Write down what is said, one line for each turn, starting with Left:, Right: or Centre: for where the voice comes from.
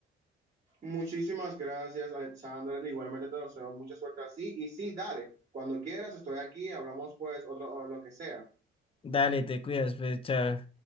Right: Muchísimas gracias, Alexandra. Igualmente te deseo mucha suerte así. Y sí, dale, cuando quieras, estoy aquí, hablamos pues otro, o lo que sea.
Left: Dale, te cuidas, pues, chao.